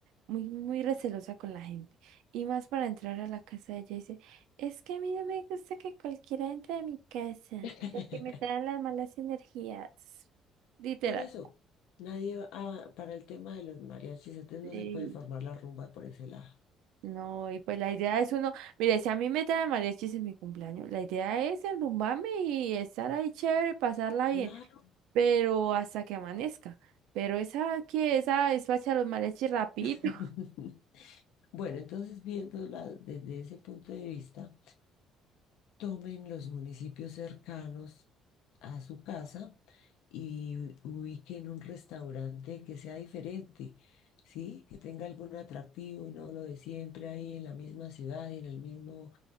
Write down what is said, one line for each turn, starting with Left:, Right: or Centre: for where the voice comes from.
Right: muy, muy recelosa con la gente. Y más para entrar a la casa de ella dice, es que a mí no me gusta que cualquiera entre a mi casa
Left: <laughs>
Right: porque me traen las malas energías. Literal.
Left: Por eso, nadie va ah, para el tema de los mariachis, entonces
Right: Sí.
Left: no se puede formar la rumba por ese lado.
Right: No, y pues la idea es uno, mire, si a mí me trae mariachis en mi cumpleaños, la idea es enrumbarme y estar ahí chévere, pasarla bien,
Left: Claro.
Right: pero hasta que amanezca. Pero esa que esa despacha los mariachis rapidito
Left: <laughs> Bueno, entonces viéndola desde ese punto de vista, tomen los municipios cercanos a su casa y ubiquen un restaurante que sea diferente, ¿sí? Que tenga algún atractivo y no lo de siempre ahí en la misma ciudad y en el mismo